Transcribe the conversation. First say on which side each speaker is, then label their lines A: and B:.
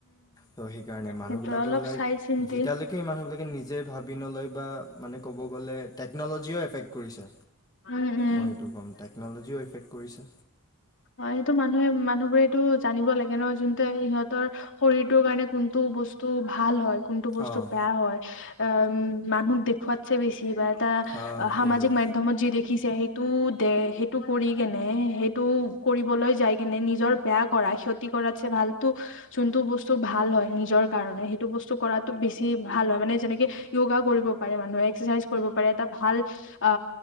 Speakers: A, on the left (about 15°); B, on the left (about 55°).
A: টো সেইকাৰণে মানুহ
B: সেইটো
A: বিলাকৰ
B: অলপ
A: লাইক
B: চাই চিন্তি
A: যেতিয়ালৈ সেই মানুহবিলাকে নিজে ভাবি নলয় বা মানে ক'ব গ'লে টেকন'লজিও এফেক্ট কৰিছে।
B: উম উম
A: মই সেইটো ক'ম টেকন'লজিও এফেক্ট কৰিছে।
B: অ, সেইটো মানুহে মানুহবোৰেটো জানিব লাগে ন' যোনতে সিহঁতৰ শৰীৰটোৰ কাৰণে কোনটো বস্তু ভাল হয় কোনটো বস্তু
A: অঁ
B: বেয়া হয় আ উম, মানুহক দেখুৱাতছে বেছি বা তা
A: অঁ
B: সামাজিক
A: সেইটোৱে
B: মাধ্যম ধমত যি দেখিছে সেইটো দে সেইটো কৰি কেনে সেইটো কৰিবলৈ যায় কেনে নিজৰ বেয়া কৰা ক্ষতি কৰাতছে ভালতো যোনটো বস্তু ভাল হয় নিজৰ কাৰণে সেইটো বস্তু কৰাত বেছি ভাল হয় মানে যেনেকে য়োগা কৰিব পাৰে মানুহে এক্সাৰচাইজ কৰিব পাৰে এটা ভাল অ,